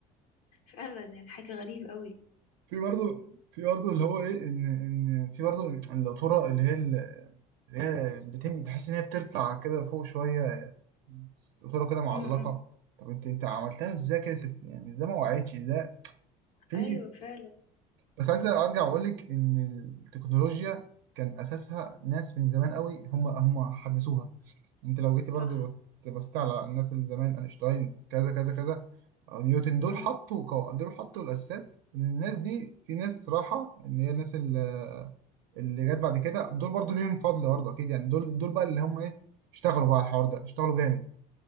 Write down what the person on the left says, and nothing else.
فعلا يعني حاجة غريبة قوي
امم
ايوه فعلا
صح
امم